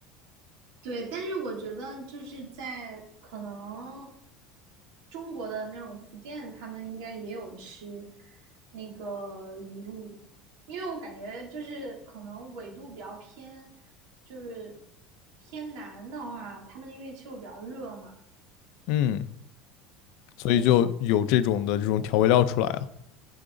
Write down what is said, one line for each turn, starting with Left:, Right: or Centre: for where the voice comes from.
Right: 对。但是我觉得就是在可能中国的那种福建，他们应该也有吃那个鱼露，因为我感觉就是可能纬度比较偏，就是偏南的话，他们因为气候比较热嘛，
Left: 嗯，所以就有这种的这种调味料出来啊。
Right: 对，